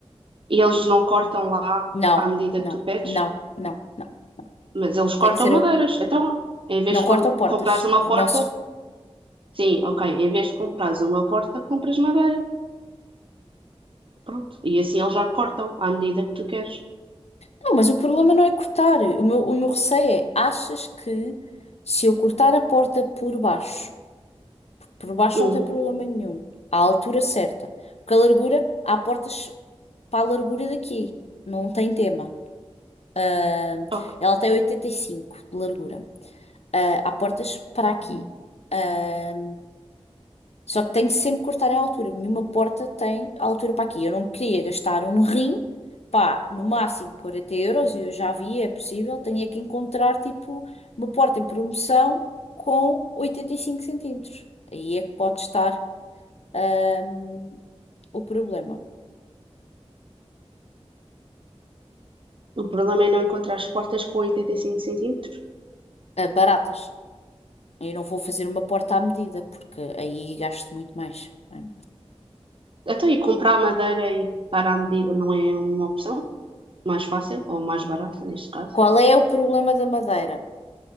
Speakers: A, on the right (about 50°); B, on the left (about 70°).
A: E eles não cortam lá
B: Não,
A: à medida
B: não,
A: que tu pedes?
B: não, não, não.
A: Mas eles
B: Tem
A: cortam
B: que ser eu.
A: madeiras. Então, em vez
B: Não
A: de
B: cortam
A: com-
B: portas.
A: comprares uma
B: O
A: porta,
B: nosso
A: Sim, ok. Em vez de comprares uma porta, compras madeira. Pronto. E assim eles já cortam à medida que tu queres.
B: Não, mas o problema não é cortar. O meu, o meu receio é, achas que se eu cortar a porta por baixo, por baixo
A: Hum,
B: não tem problema nenhum, à altura certa, porque a largura, há portas para a largura daqui, não tem tema. Ah,
A: ok.
B: ela tem 85 de largura. Ah, há portas para aqui. Ah, só que tem de sempre cortar em altura. Nenhuma porta tem altura para aqui. Eu não queria gastar um rim, pá, no máximo 40 euros. Eu já vi, é possível. Tinha que encontrar, tipo, uma porta em promoção com 85 centímetros. Aí é que pode estar, hum, o problema.
A: O problema é não encontrar as portas com 85 centímetros.
B: Ah, baratas. Eu não vou fazer uma porta à medida, porque aí gasto muito mais. não é?
A: Até e comprar madeira e dar à medida não é uma opção mais fácil ou mais barata, neste caso.
B: Qual é o problema da madeira?